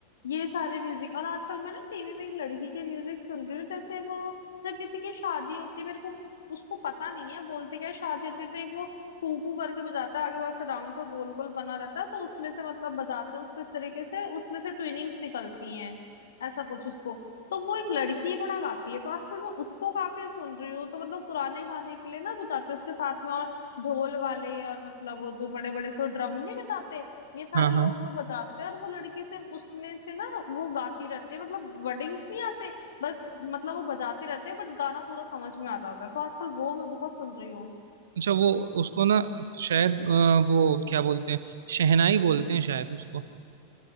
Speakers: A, on the left; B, on the right.
A: ये सारे म्यूजिक और आजकल मैं ना टीवी में एक लड़की के म्यूजिक सुन रही हूँ जैसे वो जब किसी की शादी होती है मेरे को उसको पता नहीं है बोलते क्या है, शादी होती है तो एक वो पू करके बजाता है आगे वैसे राउंड सा गोल गोल बना रहता है तो उसमें से मतलब बजाते हैं उसको इस तरीके से उसमें से ट्विनिंग्स निकलती हैं ऐसा कुछ उसको तो वो एक लड़की बड़ा गाती है तो आजकल मैं उसको काफी सुन रही हूँ तो मतलब पुराने गाने के लिए ना बजाते हैं उसके साथ में और ढोल वाले और मतलब वो जो बड़े बड़े से ड्रम नहीं बजाते ये सारे
B: हाँ
A: लोग
B: हाँ
A: वो बजाते हैं और वो लड़की से उसमें से ना वो गाती रहती है मतलब वर्डिंग्स नहीं आते बस मतलब वो बजाती रहती है बट गाना पूरा समझ में आ जाता है तो आजकल वो मैं बहुत सुन रही हूँ
B: अच्छा वो उसको ना शायद अ, वो क्या बोलते हैं शहनाई बोलते हैं शायद उसको